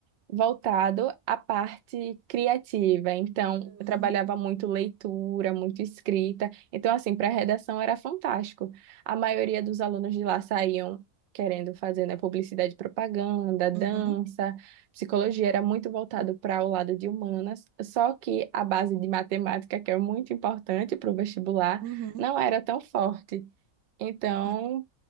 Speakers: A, on the right; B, on the right.
A: voltado à parte criativa. Então,
B: Hum.
A: eu trabalhava muito leitura, muito escrita. Então, assim, para redação era fantástico. A maioria dos alunos de lá saíam querendo fazer, né, publicidade e propaganda, dança.
B: Uhum,
A: Psicologia era muito voltado para o lado de humanas, só que a base de matemática, que é muito importante para o vestibular,
B: uhum,
A: não era tão forte. Então,
B: ah,